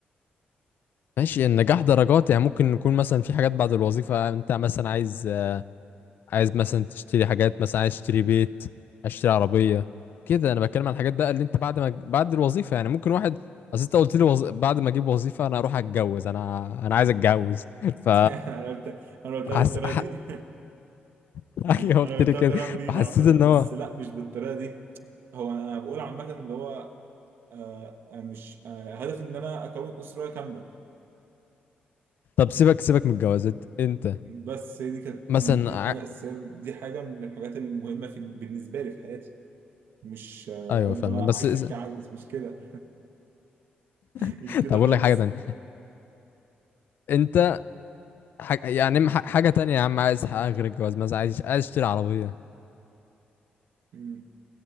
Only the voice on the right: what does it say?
<laughs> أنا قلت أنا قلتها
بالطريقة
دي
<laughs>
أنا قلتها
بطريقة مريبة
عامة
بس
لا مش بالطريقة دي هو أنا بقول عامة اللي هو آه، آه، مش آه، هدفي إن أنا أكون أسرة كاملة
بس هي دي كانت
دي
حاجة أساسية دي حاجة من الحاجات المهمة في بالنسبة لي في حياتي مش آه،
عارف
اللي هو عايز
اتجوز مش كده <laughs>
مش كده
خالص
مم.